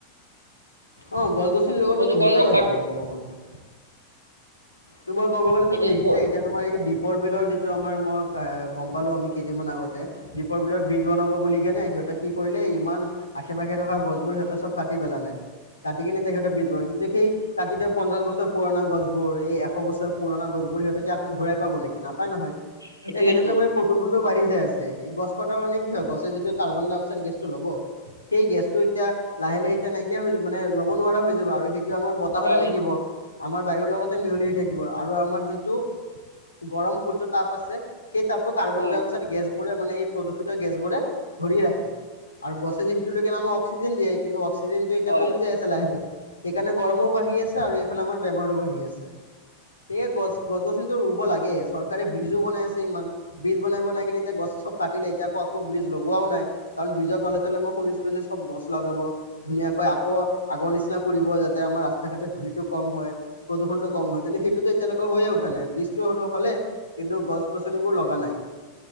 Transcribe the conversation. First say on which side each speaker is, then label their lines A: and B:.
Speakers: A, on the left (about 80°); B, on the right (about 85°).
A: অ' গছ গছনি লগোৱাটো
B: প্ৰদূষণ
A: বহুতে
B: ৰখাৰ
A: দৰকাৰি কব গ'লে। তোমাৰ কব গ'লে
B: সেইটো
A: তুমি দেখিছাই এতিয়া তোমাৰ এই দ্বীপৰ বিলৰ যিটো আমাৰ মই কা গম পালোঁ আমি কেইদিনমান আগতে দীপৰ বিলত ব্ৰ্ৰীজ বনাব বুলিকেনে। সিহঁতে কি কৰিলে ইমান আশে পাশে থকা গছবোৰ সিহঁতে চব কাটি পেলালে। কাটি কেনে সিহঁতে ব্ৰিজ বনাই। কিন্তু সেই কাটি থোৱা পঞ্চাশ বছৰ পুৰণা গছবোৰ এই এশ এশ বছৰ পুৰনা গছবোৰ সিহঁতে কি আকৌ ঘূৰাই পাব নেকি? নাপায় নহয়।
B: সেইটোৱেটো
A: তে সেনেকৈ মানে প্ৰদুষ ণটো বাঢ়ি যায় আছে। এই গছ কটা মানে কি হয়? গছে যিটো কাৰ্বন ডাই অক্সাইড গেছটো ল'ব সেই গেছটো এতিয়া লাহে লাহে এতিয়া নাইকিয়া হৈ যাব। মানে ল'ব নোৱাৰা হৈ যাব। আৰু সেইটো আমাৰ বত বতাহতে
B: হয়,
A: থাকিব। আমাৰ বায়ুৰ লগতে মিহলি থাকিব। আৰু আমাৰ যিটো গৰম সূৰ্যৰ তাপ আছে সেই তাপটো কাৰ্বন-ডাই-অক্সা
B: উম,
A: পিছত গেছবোৰে মানে, এই প্ৰদূষিত গেছবোৰে ধৰি ৰাখে। আৰু গছে যিটো লৈকে আক্সিজেন দিয়ে। কিন্তু অক্সিজেনটো এতিয়া
B: হয়।
A: কমি যাই আছে। লাহে লাহে। সেইকাৰণে গৰমও বাঢ়ি আছে আৰু এইফালে আমাৰ বেমাৰও বাঢ়ি আছে। সেয়ে গছ গছ গছনিতো ৰুব লাগে। চৰকাৰে ব্ৰিজও বনাই আছে ইমান। ব্ৰিজ বনাই বনাই কিনে এতিয়া গছ চব কাটিলে। এতিয়া আকৌ আকৌ বীজ লগোৱাও নাই। কাৰণ, ব্ৰিজৰ তলে তলে মই শুনিছিলো যে চব গছ লগাব। ধুনীয়াকৈ আকৌ আগৰ নিচিনা কৰিব যাতে আমাৰ ৰাস্তা ঘাটে ধূলিটো কম হয়, প্ৰদূষণটো কম হয়, কিন্তু সেইটোতো এতিয়ালৈকে হৈয়ে উঠা নাই ব্ৰীজটো হ'লেই, কিন্তু গছ গছনিবোৰ লগা নাই।